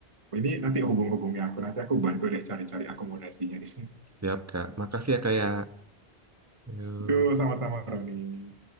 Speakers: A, on the right; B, on the right.
A: Ini nanti hubung-hubungnya aku. Nanti aku bantu deh cari-cari akomodasinya di sini.
B: siap, Kak. Makasih ya, Kak ya. Uhh.
A: Yuk, sama-sama, Roni.